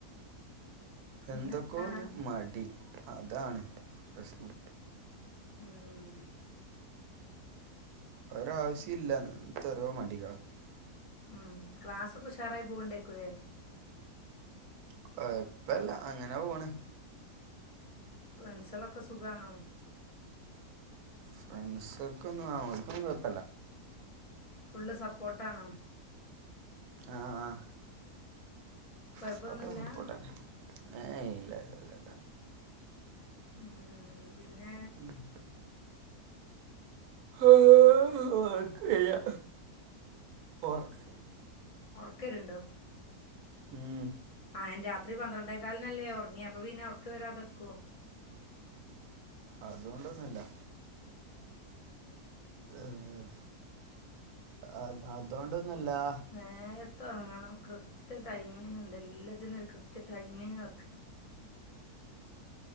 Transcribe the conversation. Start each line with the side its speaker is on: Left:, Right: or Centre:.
Left: പിന്നെത്താ
Right: എന്തൊക്കോ ഒരു മടി അതാണ് പ്രശ്നം
Left: ഉം
Right: ഒരാവശ്യോ ഇല്ല അങ്ങനത്തെ ഓരോ മടികളാ
Left: ഉം ക്ലാസ്സൊക്കെ ഉഷാറായി പോണ്ടായിരിക്കൂല്ലേ
Right: കൊഴപ്പല്ല അങ്ങനെ പോണ്
Left: ഫ്രണ്ട്സുകളൊക്കെ സുഖാണോ?
Right: ഫ്രണ്ട്സ്കൾക്കൊന്നും ആഹ് ഓൽക്കൊന്നും കൊഴപ്പല്ല
Left: ഫുള്ള് സപ്പോട്ടാണോ?
Right: ആഹ് ആഹ്
Left: കുഴപ്പമൊന്നുമില്ല
Right: <unintelligible> സപ്പോട്ടാണ് ഏയ് ഇല്ല ഇല്ല ഇല്ല
Left: ഉം പിന്നെ
Right: <unintelligible> ഒർക്ക് വെരാ ഓർക്
Left: ഓർക്കെര്ണ്ടാെ
Right: ഏഹ്
Left: ആഹ് അയിൻ രാത്രി പന്ത്രെണ്ടേ കാൽനല്ലേ ഒർങ്ങ്യെ അപ്പ പിന്നെ ഒർക്ക് വരാതെക്കോ
Right: അതുകൊണ്ടൊന്നാെല്ലാ ഏഹ് അത് അതോണ്ടൊന്നാെല്ലാ
Left: നേര്ത്തെ ഒർങ്ങെണം കൃത്യ ടൈമിംഗ്ണ്ട് എല്ലത്തിനും ഒരു കൃത്യ ടൈമിംഗ് വെക്കാ